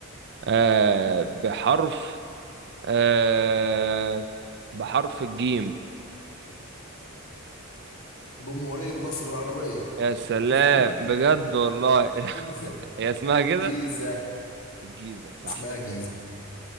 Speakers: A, on the right; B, on the left.
A: آه بحرف آه بحرف الجيم
B: جمهورية مصر العربية
A: يا سلام
B: <laughs>
A: بجد والله
B: جيزة
A: <laughs> هي اسمها كده
B: جيزة
A: الجيزة صح
B: اسمها جيزة